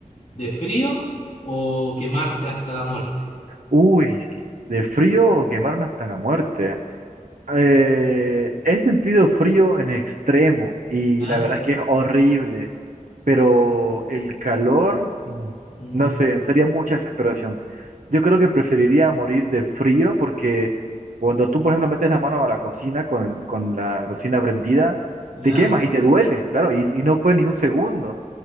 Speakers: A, on the left; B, on the right.
A: ¿De frío o quemarte hasta la muerte?
B: Uy, de frío o quemarme hasta la muerte. Eh, he sentido frío en extremo y
A: ¿Ya?
B: la verdad es que es horrible, pero el calor, mm,
A: Mm,
B: no sé, sería mucha desesperación. Yo creo que preferiría morir de frío porque cuando tú, por ejemplo, metes la mano a la cocina con, con la cocina prendida,
A: ¿ya?
B: te quemas y te duele, claro, y, y no fue ni un segundo.